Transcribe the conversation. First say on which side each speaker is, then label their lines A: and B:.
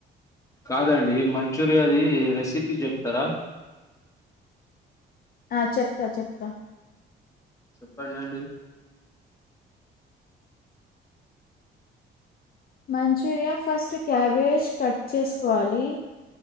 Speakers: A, on the left; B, on the left.
A: కాదండి మంచూరియాది రెసిపీ చెప్తారా
B: ఆ చెప్తా చెప్తా
A: చెప్పడండి
B: మంచూరియా ఫస్ట్ క్యాబేజ్ కట్ చేసుకోవాలి